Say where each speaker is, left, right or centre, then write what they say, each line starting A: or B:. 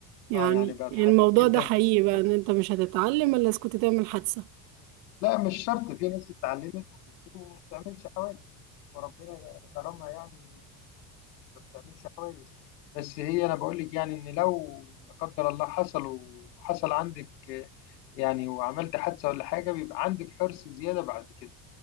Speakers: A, on the right (about 80°); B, on the left (about 85°).
A: يعني
B: اه يعني بقت
A: الموضوع
B: حريص جدا
A: ده حقيقي
B: في السوق
A: بقى إن أنت مش هتتعلم إلا إذا كنت تعمل حادثة
B: لا مش شرط في ناس اتعلمت وبتسوق وما بتعملش حواجز وربنا كرمها يعني ما بتعملش حواجز بس هي انا بقول لك يعني ان لو لا قدر الله حصل وحصل عندك يعني وعملت حادثه ولا حاجه بيبقى عندك حرص زياده بعد كده